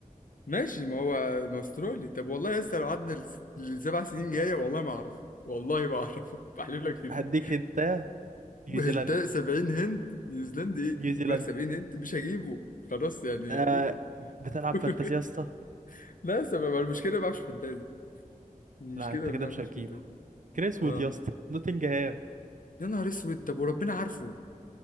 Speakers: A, on the left; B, on the right.
A: ماشي ما هو ما هو استرالي طب والله يا اسطى لو قعدنا لس- لسبع سنين جايه والله ما اعرف والله ما اعرف <laughs> بحلف لك كده
B: هديك انت نيوزيلندي
A: انت 70 هند نيوزيلندي ايه
B: نيوزيلندي
A: بقول لك 70 هند مش هجيبه خلاص يعني
B: آه
A: قولوا
B: بتلعب
A: قولوا
B: فانتازيا
A: كده
B: يا اسطى
A: <laughs> لا سبب المشكله ما بعرفش فانتازي المشكله
B: لا انت
A: ان
B: كده
A: انا
B: مش
A: ما بعرفش
B: هتجيبه
A: فانتازي
B: كريس
A: اه
B: وود يا اسطى نوتنجهام
A: يا نهار اسود طب وربنا عارفه